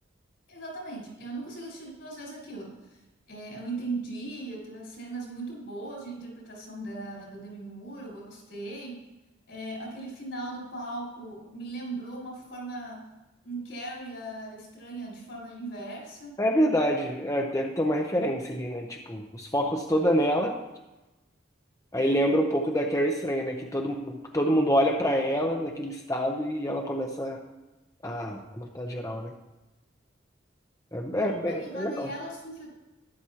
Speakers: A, on the left (about 75°); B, on the left (about 15°).
A: Exatamente. Eu não consigo assistir duas vezes aquilo. É, eu entendi, teve cenas muito boas de interpretação da, da Demi Moore, eu gostei. É, aquele final no palco me lembrou uma forma, um Carrie ah, estranha de forma inversa.
B: É verdade, é, deve ter uma referência ali, né? Tipo, os focos toda nela. Aí lembra um pouco da Carrie Estranha, né? Que todo, todo mundo olha pra ela naquele estado e ela começa a, a matar geral, né? É, é bem,
A: Então,
B: bem
A: e agora
B: legal,
A: daí ela suja,